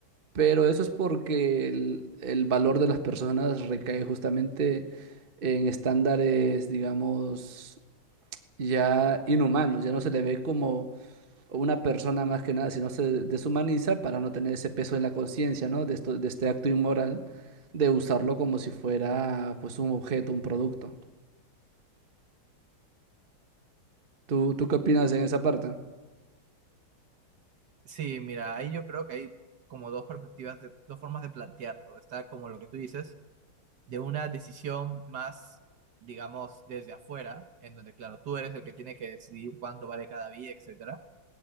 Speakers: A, on the right; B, on the right.
A: Pero eso es porque el, el valor de las personas recae justamente en estándares, digamos, ya inhumanos ya no se le ve como una persona más que nada, sino se deshumaniza para no tener ese peso en la conciencia, ¿no? De esto, de este acto inmoral, de usarlo como si fuera pues un objeto, un producto. ¿Tú, tú qué opinas en esa parte?
B: Sí, mira, ahí yo creo que hay como dos perspectivas, de- dos formas de plantearlo. Está como lo que tú dices, de una decisión más, digamos, desde afuera, en donde, claro, tú eres el que tiene que decidir cuánto vale cada vía, etcétera,